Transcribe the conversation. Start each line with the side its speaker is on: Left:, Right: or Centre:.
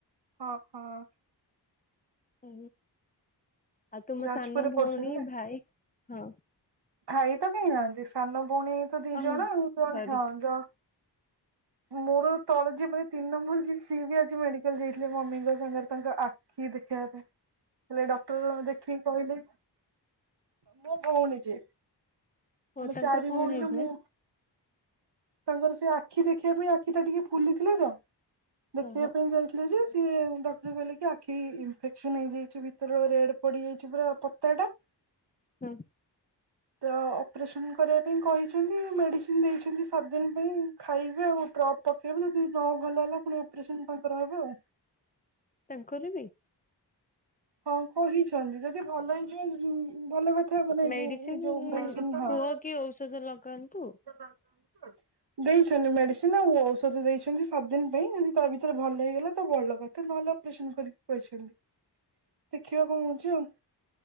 Right: ହଁ ହଁ।
Left: ହ ଆଉ ତୁମ
Right: ଯାଜପୁରରେ
Left: ସାନ ଭଉଣୀ
Right: ପଢୁଛନ୍ତି ନା
Left: ଭାଇ, ହଁ
Right: ଭାଇ ତ କେହି ନାହାନ୍ତି। ସାନ ଭଉଣୀ ତ ଦି
Left: ହଁ
Right: ଜଣ ଆଉ, ଜଣେ
Left: ସରି
Right: ହଁ ଜଣ ମୋର ତଳେ ଯିଏ ମାନେ ତିନି ନମ୍ବର ଯିଏ ସିଏ ବି ଆଜି ମେଡିକାଲ୍ ଯାଇଥିଲେ। ମମିଙ୍କ ସାଙ୍ଗରେ ତାଙ୍କ ଆ କି ଦେଖିବା ପାଇଁ। ହେଲେ ଡକ୍ଟର ଦେଖିକି କହିଲେ, ମୋ ଭଉଣୀ ଯିଏ
Left: ଓ
Right: ଆମେ
Left: ତାଙ୍କର
Right: ଚାରି
Left: କଣ
Right: ଭଉଣୀରୁ,
Left: ହେଇଥିଲା
Right: ମୁଁ ତାଙ୍କର ସେ ଆଖି ଦେଖିବା ପାଇଁ, ଆଖି ଟା ଟିକେ ଫୁଲିଥିଲା ତ ଦେଖେଇବା
Left: ଓହୋ
Right: ପାଇଁ ଯାଇ ଥିଲେ ସେ ସିଏ ଡକ୍ଟର କହିଲେ କି ଆଖି ଇନ୍ଫେକ୍ସନ ହେଇଯାଇଛି, ଭିତର ରେଡ୍ ପଡିଯାଇଛି ପୁରା ପତାଟା <inaudible>
Left: ହଁ।
Right: ତ ଅପରେସନ୍ କରିବା ପାଇଁ କହିଛନ୍ତି, ମେଡିସିନ୍ ଦେଇଛନ୍ତି ସାତଦିନ୍ ପାଇଁ ଖାଇବେ ଆଉ ଡ୍ରପ୍ ପକେଇବେ, ଯଦି ନ ଭଲ ହେଲା ଫୁଣି ଅପରେସନ୍ ତାଙ୍କର ହବ ଆଉ।
Left: ତାଙ୍କର ବି?
Right: ହଁ କହିଛନ୍ତି ଯଦି ଭଲ ହେଇ ଯେ ଭଲ କଥା ମାନେ
Left: ମେଡିସିନ
Right: ଯୋଉ ଏ ଯୋଉ ମେଡିସିନ୍ ହଁ
Left: କୁହ କି ଔଷଧ ଲଗାନ୍ତୁ
Right: ଲଗାନ୍ତୁ ଦେଇଛନ୍ତି ମେଡିସିନ୍ ଆଉ ଔଷଧ ଦେଇଛନ୍ତି ସାତ ଦିନ୍ ପାଇଁ। ଯଦି ତା ଭିତରେ ଭଲ ହେଇଗଲା ତ ଭଲ କଥା ତ ନହେଲେ ଅପରେସନ୍ କରି କହିଛନ୍ତି ଦେଖିବା କଣ ହଉଛି ଆଉ।